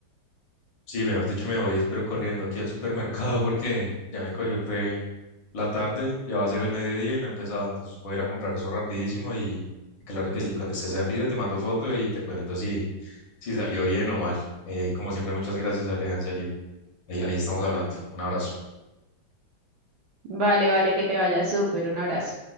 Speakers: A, on the left (about 70°); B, on the right (about 75°).
A: Sí, mejor dicho, me voy, espero corriendo aquí al supermercado porque ya me cogió, fue la tarde, ya va a ser el mediodía y no he empezado, entonces voy a ir a comprar eso rapidísimo y, y claro que sí, cuando esté servido te mando foto y te cuento si, si salió bien o mal. Eh, como siempre, muchas gracias, Aleja, en serio. Ahí, ahí estamos hablando. Un abrazo.
B: Vale, vale, que te vaya súper. Un abrazo.